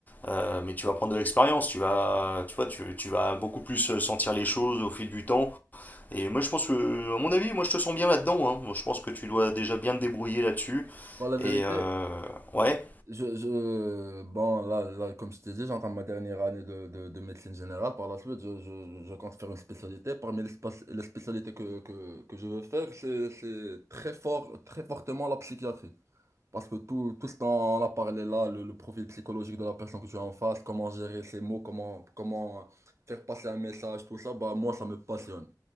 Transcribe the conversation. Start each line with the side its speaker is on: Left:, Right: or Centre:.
Left: Euh, mais tu vas prendre de l'expérience, tu vas, tu vois, tu, tu vas beaucoup plus euh, sentir les choses au fil du temps Et moi, je pense que, à mon avis, moi, je te sens bien là-dedans. hein. Moi, je pense que tu dois déjà bien te débrouiller là-dessus.
Right: Bon, la vérité,
Left: Et euh, ouais.
Right: je, je, bon, là, là, comme je t'ai dit, j'entends ma dernière année de, de, de médecine générale. Par la suite, je, je, je compte faire une spécialité. Parmi les, spa- les spécialités que, que, que je veux faire, c'est, c'est très fort, très fortement la psychiatrie. Parce que tout, tout ce dont on a parlé là, le, le profil psychologique de la personne que tu as en face, comment gérer ses mots, comment, comment faire passer un message, tout ça, bah, moi, ça me passionne.